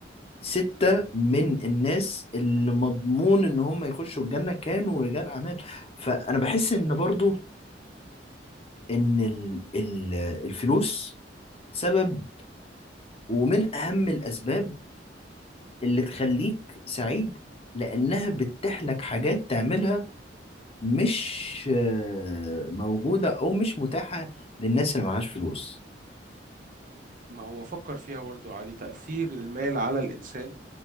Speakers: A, on the left; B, on the right.
A: ستة من الناس اللي مضمون ان هم يخشوا الجنة كانوا رجال اعمال فانا بحس ان برضو ان ال- ال- الفلوس سبب ومن اهم الاسباب اللي تخليك سعيد لانها بتتيح لك حاجات تعملها مش آه، موجودة او مش متاحة للناس اللي معهاش فلوس
B: ما هو فكر فيها برضه يا علي تأثير المال على الإنسان